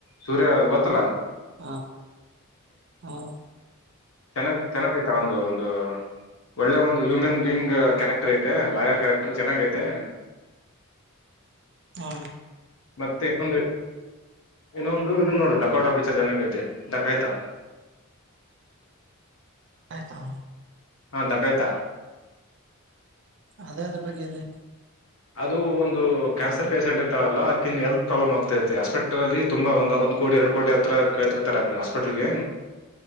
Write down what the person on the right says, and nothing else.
ಹಾ ಹಾ
ಹ
ಆಯ್ತಾ
ಅದೇ ಎದುರ್ಬಗ್ಗೆ ಇದೆ